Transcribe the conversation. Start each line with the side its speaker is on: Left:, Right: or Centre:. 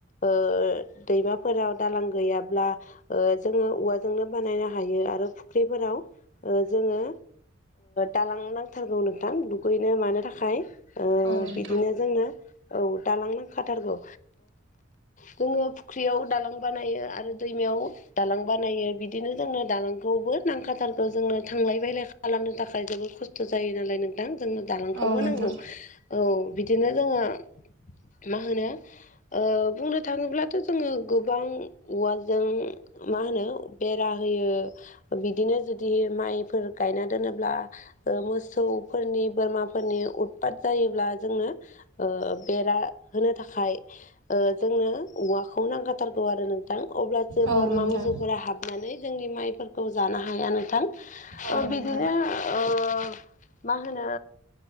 Left: ओ दैमाफोराव दालां गैयाब्ला ओ जोङो औवाजोंनो बानायनो हायो आरो फुख्रिफोराव ओ जोङो दालां नांथारगौ नोंथां दुगैनो मानो थाखाय ओ
Right: औ नोंथां
Left: बिदिनो जोङो औ दालां नांखाथारगौ। जोङो फुख्रियाव दालां बानायो आरो दैमायाव दालां बानायो। बिदिनो जोङो दालां खौबो नांखाथारगौ जोङो थांलाय फैलाय खालामनो थाखाय जोबोद खस्थ' जायो नालाय नोंथां। जों दालांखौबो
Right: औ नोंथां
Left: नांगौ। औ बिदिनो जोङो मा होनो ओ बुंनो थाङोब्लाथ' जोङो गोबां औवाजों मा होनो बेरा होयो। बिदिनो जुदि माइफोर गायना दोनोब्ला ओ मोसौफोरनि बोरमाफोरनि उदफात जायोब्ला जोंनो ओ बेरा होनो थाखाय ओ जोंनो औवाखौ नांखाथारगौ आरो नोंथां अब्ला जो
Right: औ
Left: बोरमा
Right: नोंथां
Left: मोसौफोरा हाबनानै जोंनि माइफोरखौ जानो हाया नोंथां। ओ
Right: औ
Left: बिदिनो
Right: नोंथां
Left: ओ मा होनो